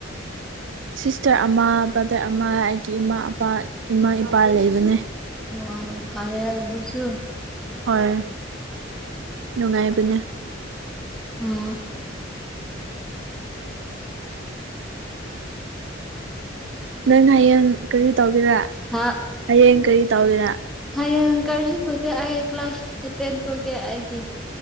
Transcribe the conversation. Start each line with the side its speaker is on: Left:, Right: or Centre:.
Right: ꯁꯤꯁꯇꯔ ꯑꯃ ꯕ꯭ꯔꯗꯔ ꯑꯃ ꯑꯩꯒꯤ ꯏꯃꯥꯄꯥ ꯏꯃꯥ ꯏꯄꯥ ꯂꯩꯕꯅꯦ
Centre: ꯑꯣ ꯐꯔꯦ ꯍꯥꯏꯗꯨꯁꯨ
Right: ꯍꯣꯏ ꯅꯨꯡꯉꯥꯏꯕꯅꯦ
Centre: ꯎꯝ
Right: ꯅꯪ ꯍꯌꯦꯡ ꯀꯔꯤ ꯇꯧꯒꯦꯔꯥ
Centre: ꯍꯥ
Right: ꯍꯌꯦꯡ ꯀꯔꯤ ꯇꯧꯒꯦꯔꯥ
Centre: ꯍꯌꯦꯡ ꯀꯔꯤꯁꯨ ꯇꯣꯗꯦ ꯑꯩ ꯀ꯭ꯂꯥꯁ ꯑꯦꯇꯦꯟ ꯇꯧꯗꯦ ꯑꯩꯒꯤ